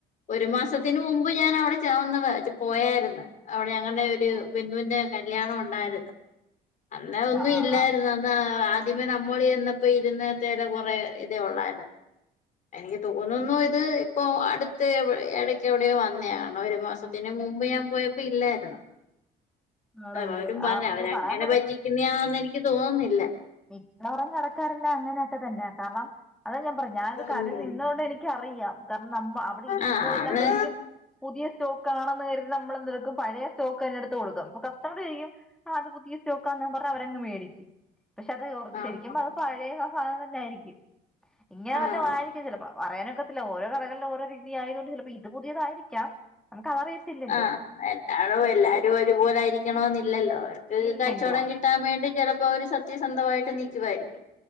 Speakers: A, on the left; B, in the centre.
A: ഒരു മാസം സത്തിന് മുമ്പ് ഞാൻ അവിടെ ഒന്ന് പോയായിരുന്നു അവിടെ ഞങ്ങളുടെ ഒരു
B: ആ
A: ബന്ധുവിന്റെ ക കല്യാണം ഉണ്ടായിരുന്നു അന്ന് ഒന്നും
B: ആ
A: ഇല്ലായിരുന്നു
B: ആ
A: ആദ്യമേ നമ്മൾ ചെന്നപ്പോ ഇരുന്ന അതെ കൊറെ ഇതേ ഉള്ളായിരുന്ന് എനിക്ക് തോന്നുന്നു ഇത് ഇപ്പൊ അടുത്ത് ഇടയ്ക്ക് എവിടെയോ വന്നതണോ ഒരു മാസത്തിന് മുമ്പ് ഞാൻ പോയപ്പോ ഇല്ലായിരുന്നു
B: <inaudible> ആണല്ലേ
A: അവരും പറഞ്ഞ
B: ആ പക്ഷെ
A: അവരങ്ങനെ
B: പറയാൻ
A: പറ്റിക്കുന്നതാന്ന് എനിക്ക് തോന്നുന്നില്ല
B: മിക്കോറം കിടക്കാറുണ്ട് അങ്ങനെയൊക്കെ തന്നെയ കാരണം അത് ഞാൻ പറയാം ഞാനൊരു
A: ഉം
B: കടയിൽ നിന്നുകൊണ്ട് എനിക്കറിയാം കാരണം ന അവിടെ ഇരിക്കുന്ന
A: ആഹ്
B: ആവമ്പോഴരിക്കും
A: അന്ന്
B: പുതിയ സ്റ്റോക്ക് ആണെന്ന് കരുതി നമ്മൾ എന്തെടുക്കും പഴയ സ്റ്റോക്ക് തന്നെ എടുത്ത് കൊടുക്കും അപ്പൊ കസ്റ്റമർ ആരിക്കും അത് പുതിയ സ്റ്റോക്കാന്നാ പറഞ്ഞ അവരങ് മേടിക്കും പക്ഷെ അത്
A: ആഹ്
B: ശെരിക്കും പറഞ്ഞ അത് പഴയ സാധനം തന്നെയായിരിക്കും ഇങ്ങനെ
A: ആഹ്
B: വല്ലത ആരിക്കും ചിലപ്പോ പറയാനൊക്കത്തില്ല ഓരോ കടകളിലും ഓരോ രീതി ആയതുകൊണ്ട് ചിലപ്പോ ഇത് പുതിയതായിരിക്കാം നമുക്ക് അതറിയത്തില്ലല്ലോ
A: ആഹ എല്ലാടും എല്ലാരും ഒരുപോലായിരി കണം എന്നില്ലല്ലോ അവർക്ക്
B: ഇല്ലല്ലോ
A: കച്ചവടം കിട്ടാൻ വേണ്ടി ചിലപ്പോ അവര് സത്യസന്ധമായിട്ട് നിക്കുവായിരിക്കും